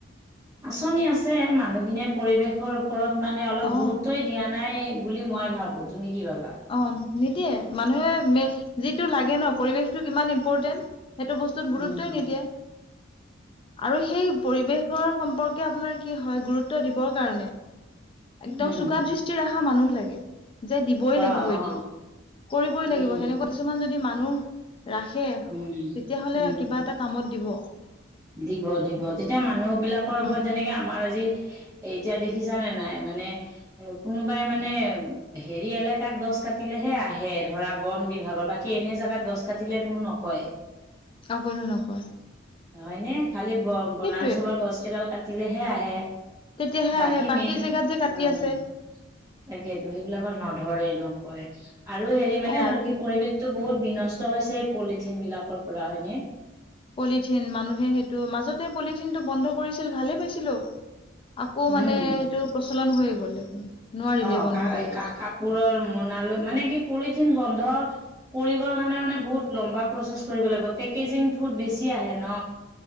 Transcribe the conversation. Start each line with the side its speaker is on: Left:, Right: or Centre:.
Right: আঁচনি আছে মানুহখিনিয়ে পৰিৱেশৰ ওপৰত অলপ
Left: অ
Right: গুৰুত্বই নাই বুলি মই ভাবো তুমি ভাবা?
Left: অ' নিদিয়ে মানুহে যিটো ন পৰিৱেশটো কিমান ইম্পৰ্টেণ্ট। সেইটো বস্তুত গুৰুত্বই
Right: উম,
Left: নিদিয়ে আৰু সেই পৰিৱেশ সম্পৰ্কে আপোনাৰ কি হয় গুৰুত্ব দিবৰ কাৰণে একদম
Right: উম,
Left: চোকা দিস্তি ৰখা মানুহ লাগে। যে দিবই
Right: অ',
Left: লাগিব এইটো
Right: অ'।
Left: কৰিবই
Right: উম,
Left: লাগিব সেনেকুৱা কিছুমান যদি মানুহ ৰাখে
Right: উম,
Left: তেতিয়াাহলে
Right: উম।
Left: কিবা এটা কামত দিব।
Right: দিব, দিব তেতিয়া মানুহ বিলাকৰ
Left: উম
Right: ওপৰত যেনেকে আমাৰ আজি এতিয়া দেখিছানে নাই মানে কোনোবাই মানে হেৰি এলেকাত গছ কাটিলেহে আহে ধৰা বন বিভাগৰ বা কি এনে জাগাত গছ কাটিলে কোনো নকয়।
Left: অ' কোনো নকৰ।
Right: হয়নে খালি ব বনাঞ্চলৰ
Left: সেইটোয়ে
Right: গছ কেইডাল কাটিলেহে আহে।
Left: তেতিয়াহে
Right: বাকী
Left: আহে
Right: মেইন
Left: জেগাত
Right: উম,
Left: যে কাটি আছে
Right: তাকেতো সেইবিলাকত নধৰে নকয় আৰু হেৰি মানে
Left: অ
Right: আৰু কি পৰিৱেশ পৰিবেশ তটো বহুত বিনষ্ট হৈছে পলিথিন বিলাকৰ পৰা হয়নে।
Left: পলিথিন মানুহে সেইটো মাজতে পলিথিনটো বন্ধ কৰিছিল ভালে পাইছিলো। আকৌ
Right: উম
Left: মানে সেইটো প্ৰচলন হৈয়ে গ'ল দেখোন নোৱাৰিলে
Right: অ'
Left: বন্ধ
Right: কা
Left: কৰিবলৈ
Right: কাপোৰৰ মনালৈ মানে কি পলিথিন বন্ধ কৰিবৰ কাৰণে মানে বহুত লম্বা প্ৰচেছ কৰিব লাগিব পেকেজিং ফুড বেছি আহে ন।